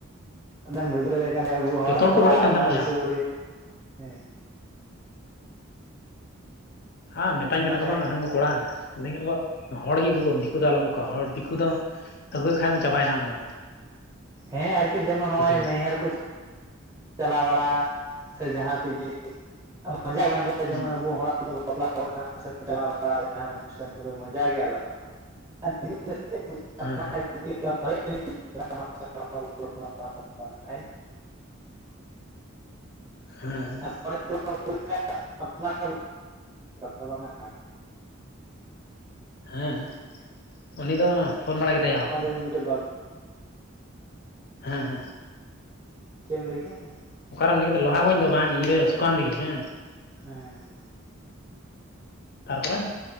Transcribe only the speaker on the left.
ᱡᱚᱛᱚ
ᱠᱚ
ᱨᱚᱲᱮᱫ ᱠᱟᱱ ᱛᱟᱦᱮᱱᱟ
ᱭᱟ
ᱦᱟᱸ ᱢᱮᱛᱟᱹᱧ
ᱠᱟᱱᱟ ᱠᱚ ᱵᱟᱝ ᱩᱱᱠᱩ ᱠᱚᱲᱟ᱾ ᱢᱮᱛᱟᱹᱧ ᱠᱟᱱᱟ ᱠᱚ ᱦᱚᱲ ᱜᱮ ᱟᱹᱜᱩ ᱠᱩᱢ ᱫᱤᱠᱩ ᱫᱚ ᱟᱞᱚᱢ ᱟᱹᱜᱩ ᱠᱚᱣᱟ ᱦᱚᱲ ᱫᱤᱠᱩ ᱫᱚ ᱟᱹᱜᱩᱭᱮᱫ ᱠᱷᱟᱱᱮᱢ ᱪᱟᱵᱟᱭᱱᱟ ᱟᱢᱫᱚ᱾
ᱦᱚᱸ
ᱦᱮᱸ
ᱦᱮᱸ
ᱦᱮᱸ
ᱦᱮᱸ, ᱩᱱᱤ ᱫᱚ ᱯᱷᱳᱱ ᱵᱟᱲᱟ ᱠᱮᱫᱟᱭ ᱮᱦᱚᱵ᱾
ᱦᱮᱸ ᱦᱮᱸ
ᱚᱠᱟᱨᱮᱢ ᱞᱟᱹᱭ ᱠᱮᱫᱟ ᱞᱚᱦᱟᱜᱚᱧᱡᱽ ᱫᱚ ᱵᱟᱝ ᱤᱭᱟᱹ ᱥᱩᱠᱟᱱᱫᱤ ᱦᱮᱸ᱾
ᱛᱟᱨᱯᱚᱨᱮ